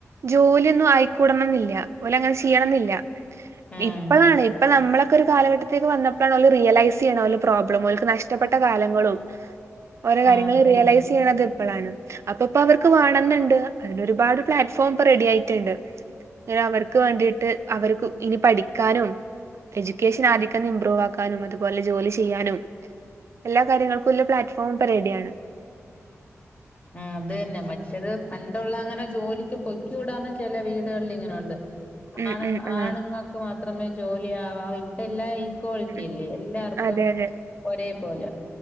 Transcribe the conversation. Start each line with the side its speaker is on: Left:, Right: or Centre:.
Right: ജോലിയൊന്നും ആയിക്കൂടണംന്നില്ല ഓലങ്ങനെ ചെയ്യണംന്നില്ല
Left: ആഹ്
Right: ഇപ്പളാണ് ഇപ്പ നമ്മളക്കൊരു കാലഘട്ടത്തേക്ക് വന്നപ്പളാണ്. ഓല് റിയലൈസ് ചെയ്യണത് ഓല പ്രോബ്ലം ഓൽക്ക് നഷ്ടപ്പെട്ട കാലങ്ങളും. ഓരോ
Left: ആഹ്
Right: കാര്യങ്ങള്
Left: അത് തന്നെ
Right: റിയലൈസ് ചെയ്യണത് ഇപ്പളാണ്. അപ്പപ്പ അവർക്ക് വേണന്നിണ്ട്. അതിനൊരുപാട് പ്ലാറ്റ്ഫോം ഇപ്പ റെഡിയായിട്ടിണ്ട്. ഇങ്ങനെ അവർക്ക് വേണ്ടീട്ട് അവർക്ക് ഇനി പഠിക്കാനും. എഡ്യൂക്കേഷൻ ആദിക്കെന്ന് ഇംമ്പ്രൂവാക്കാനും അതുപോലെ ജോലി ചെയ്യാനും. എല്ലാ കാര്യങ്ങൾക്കുല്ല പ്ലാറ്റ്ഫോം ഇപ്പ റെഡിയാണ്.
Left: ആഹ് അതന്നെ മറ്റെത് പണ്ടൊള്ള അങ്ങനെ ജോലിക്ക് പൊയ്ക്കൂടാന്ന് ചെല വീടുകൾല് ഇങ്ങനുണ്ട്.
Right: ഉം
Left: ആണ്
Right: ഉം ആഹ്
Left: ആണുങ്ങക്ക് മാത്രമെ ജോലി ആവാവു ഇപ്പെല്ലാ ഈ. ക്വാളിറ്റിയല്ലേ
Right: ഉം
Left: എല്ലാർക്കും
Right: അതെ അതെ
Left: ഒരേ പോല